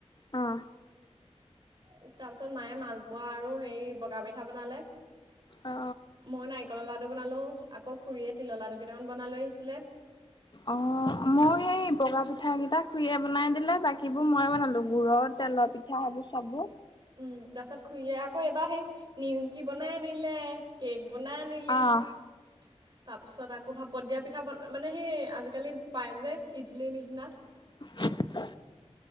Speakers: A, on the left (about 45°); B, on the right (about 40°).
A: অ।
B: তাৰ পিছত মায়ে মালপোৱা আৰু হেৰি বগা পিঠা বনালে,
A: অ
B: মই নাই- তিলৰ লাডু বনালো আকৌ খুৰীয়ে লৰ লাডু কেইটামান বনাই লৈ আহিছিলে।
A: অ মই সেই বগা পিঠা কিটা খুৰিয়ে বনাই দিলে বাকীবোৰ মই বনালো গুৰৰ তেলৰ পিঠ- পিঠা সেইবোৰ চাব।
B: উম তাৰপিছত খুৰীয়ে আকৌ এবাৰ সেই নিমকি বনাই আনিলে। কেক বনাই আনিলে।
A: আহ
B: তাৰপিছত আকৌ ভাপত দিয়া পিঠা বনা মানে সেই আজিকালি পায় যে ইডলি নিচিনা।
A: <inaudible>